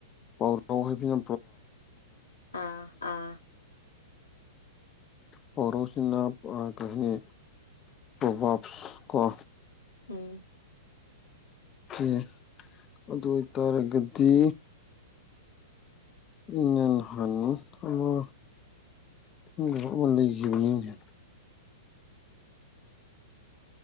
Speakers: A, on the left; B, on the left.
A: ꯄꯥꯎꯔꯧ ꯍꯥꯏꯕꯅ
B: ꯑꯥ ꯑꯥ
A: ꯄꯔꯣꯁꯤꯅꯅꯥꯄ ꯀꯅꯦ ꯋꯥꯞꯁ ꯀ
B: ꯎꯝ
A: ꯑꯦ ꯑꯗꯨ ꯑꯣꯏꯇꯥꯔꯒꯗꯤ ꯏ ꯍ ꯑꯃ ꯎ ꯂꯃ ꯂꯩ